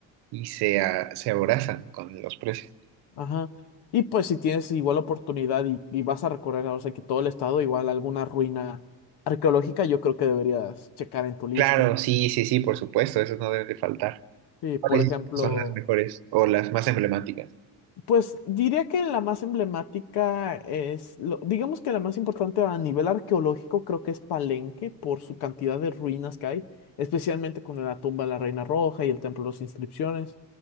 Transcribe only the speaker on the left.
Ajá. Y pues si tienes igual oportunidad y, y vas a recorrer, o sea, que todo el estado, igual alguna ruina arqueológica, yo creo que deberías checar en tu lista.
Sí,
por ejemplo,
Pues diría que la más emblemática es, lo- digamos que la más importante a nivel arqueológico creo que es Palenque por su cantidad de ruinas que hay, especialmente con la tumba de la Reina Roja y el Templo de las Inscripciones.